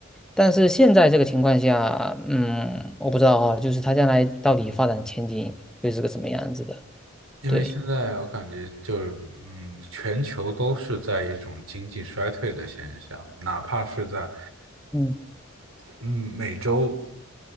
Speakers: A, in the centre; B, on the right.
A: 但是现在这个情况下，嗯，我不知道哈，就是它将来到底发展前景会是个什么样子的。
B: <laughs> 因为现在我感觉就是，
A: 对，
B: 嗯，全球都是在一种经济衰退的现象，哪怕是在
A: 嗯，
B: 嗯，美洲，